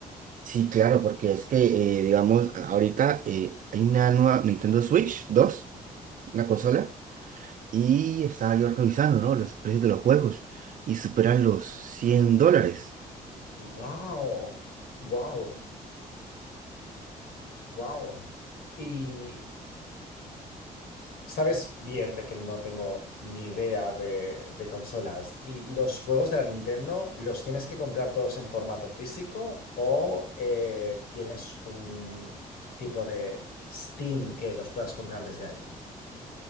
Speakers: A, on the right; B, on the left.
A: Sí, claro, porque es que, eh, digamos, ahorita eh, hay una nueva Nintendo Switch dos, una consola, y estaba yo revisando, ¿no? Los precios de los juegos y superan los 100 dólares.
B: Wow, wow, wow. Y sabes bien de que no tengo ni idea de, de consolas. ¿Y los juegos de la Nintendo los tienes que comprar todos en formato físico o eh, tienes un tipo de Steam que los puedas comprar desde ahí?